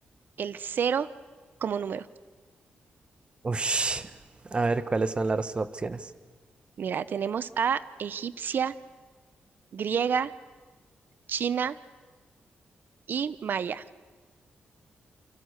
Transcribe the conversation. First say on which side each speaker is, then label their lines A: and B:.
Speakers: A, on the right; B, on the right.
A: el cero como número?
B: Uy, a ver, ¿cuáles son las opciones?
A: Mira, tenemos a egipcia, griega, china y maya.